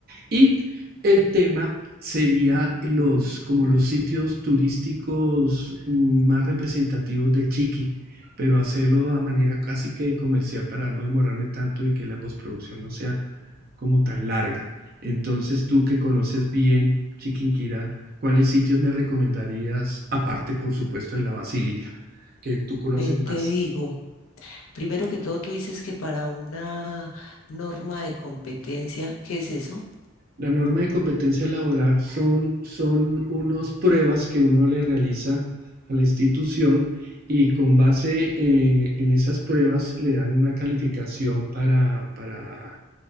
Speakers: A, on the right; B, on the left.
A: Y el tema sería los, como los sitios turísticos más representativos de Chiqui, pero hacerlo a manera casi que comercial para no demorarme tanto y que la postproducción no sea como tan larga. Entonces tú que conoces bien Chiquinquirá, ¿cuáles sitios me recomendarías, aparte por supuesto de la Basílica, que tú conoces
B: ven,
A: más?
B: te digo. Primero que todo, tú dices que para una norma de competencia, ¿qué es eso?
A: La norma de competencia laboral son, son unas pruebas que uno le realiza a la institución y con base en, en esas pruebas le dan una calificación para, para,